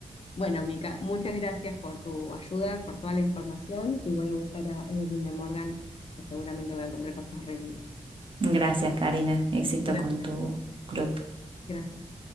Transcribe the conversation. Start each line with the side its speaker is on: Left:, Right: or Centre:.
Left: Bueno, Mica, muchas gracias por tu ayuda, por toda la información, y voy a buscar a Evelyn de Morgan, que seguramente voy a encontrar cosas re lindas.
Right: Gracias, Karina. Éxito
Left: Gracias,
Right: con tu club.
Left: gracias.